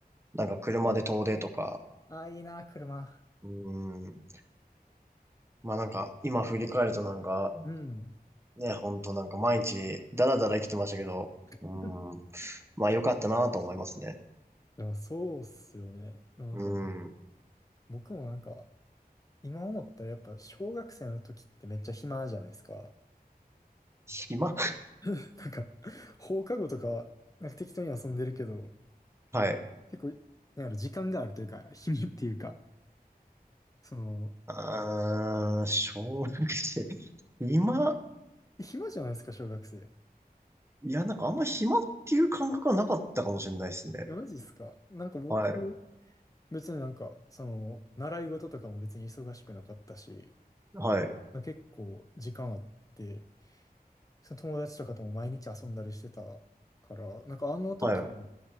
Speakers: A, on the right; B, on the left.
A: なんか車で遠出とか、
B: ああ、いいな、車。
A: うん、まあなんか今振り返るとなんか
B: うん。
A: ね、ほんとなんか毎日ダラダラ生きてましたけど、
B: <laughs>
A: うーん。まあ良かったなと思いますね。
B: でもそうっすよね。なんか
A: うん。
B: 僕もなんか今思ったらやっぱ小学生の時ってめっちゃ暇じゃないですか。
A: 暇
B: <laughs> なんか放課後とかなんか適当に遊んでるけど
A: <laughs> はい。
B: 結構なんやろ時間があるというか暇っていうかその
A: あー、小学生。今、
B: 暇じゃないですか小学生。
A: いや、なんかあんま暇っていう感覚はなかったかもしれないですね。
B: え、マジっすかなんか僕、
A: はい。
B: 別になんか、その、習い事とかも別に忙しくなかったし、
A: はい。
B: 結構時間あって、その友達とかとも毎日遊んだりしてたから、なんかあの時の
A: はい。